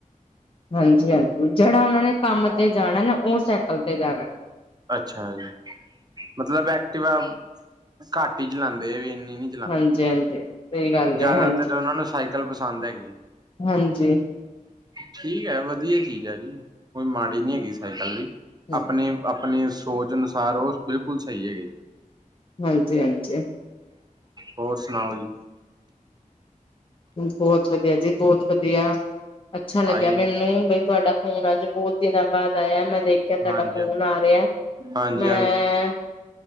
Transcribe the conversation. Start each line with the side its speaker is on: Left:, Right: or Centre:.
Left: ਹਾਂਜੀ ਹਾਂਜੀ ਜਿਹੜਾ ਉਹਨਾਂ ਨੇ ਕੰਮ ਤੇ ਜਾਣਾ ਨਾ, ਉਹ ਸਾਈਕਲ ਤੇ ਜਾਣਾ
Right: ਅੱਛਾ ਜੀ, ਮਤਲਬ ਐਕਟਿਵਾ ਘੱਟ ਹੀ ਚਲਾਉਂਦੇ ਆ ਵੀ ਇੰਨੀ ਨੀ
Left: ਹਾਂਜੀ ਹਾਂਜੀ ਸਹੀ ਗੱਲ
Right: ਜ਼ਿਆਦਾਤਰ
Left: ਹੈ ਹਾਂਜੀ
Right: ਉਹਨਾਂ ਨੂੰ ਸਾਈਕਲ ਪਸੰਦ ਹੈਗੀ
Left: ਹਾਂਜੀ
Right: ਠੀਕ ਹੈ, ਵਧੀਆ ਚੀਜ਼ ਹੈ ਜੀ, ਕੋਈ ਮਾੜੀ ਨੀ ਹੈਗੀ ਸਾਈਕਲ ਵੀ,
Left: ਹਾਂਜੀ
Right: ਆਪਣੇ ਆਪਣੀ ਸੋਚ ਅਨੁਸਾਰ, ਉਹ ਬਿਲਕੁਲ ਸਹੀ ਹੈਗਾ ਜੀ
Left: ਹਾਂਜੀ ਹਾਂਜੀ
Right: ਹੋਰ ਸੁਣਾਓ ਜੀ
Left: ਬਹੁਤ ਵਧੀਆ ਜੀ, ਬਹੁਤ ਵਧੀਆ, ਅੱਛਾ ਲੱਗਿਆ
Right: ਆਈਏ
Left: ਮੈਨੂੰ, ਬ ਤੁਹਾਡਾ ਫੋਨ ਅੱਜ ਬਹੁਤ ਦਿਨਾਂ ਬਾਅਦ ਆਇਆ, ਮੈਂ ਦੇਖ ਕਿਆ ਤੁਹਾਡਾ
Right: ਹਾਂਜੀ
Left: ਫੋਨ ਆ ਰਿਹਾ,
Right: ਹਾਂਜੀ
Left: ਮੈਂ
Right: ਹਾਂਜੀ